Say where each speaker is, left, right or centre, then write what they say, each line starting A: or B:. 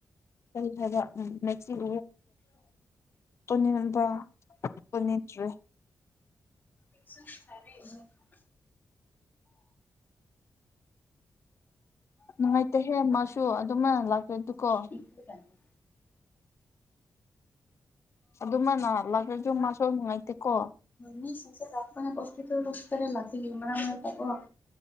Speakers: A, on the left; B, on the left.
A: ꯍꯥꯏ ꯎꯝ ꯃꯦꯛꯁꯤ <unintelligible> ꯀꯅꯤꯕꯅꯤꯇ꯭ꯔꯦ
B: ꯐꯔꯦ
A: ꯅꯨꯡꯉꯥꯏꯇꯦꯍꯦ ꯃꯥꯁꯨ ꯑꯗꯨꯃ ꯂꯥꯛꯀꯦ ꯑꯗꯨꯀꯣ
B: ꯍꯣꯏ
A: ꯑꯗꯨꯃ ꯅꯥꯍꯜꯂꯒꯁꯨ ꯃꯥꯁꯨ ꯅꯨꯡꯉꯥꯏꯇꯦꯀꯣ
B: ꯃꯤꯁꯤꯡꯁꯦ ꯂꯥꯛꯄꯅꯦ <unintelligible> ꯁꯤꯒꯤ ꯃꯔꯛ ꯃꯔꯛ ꯇꯀꯑꯣ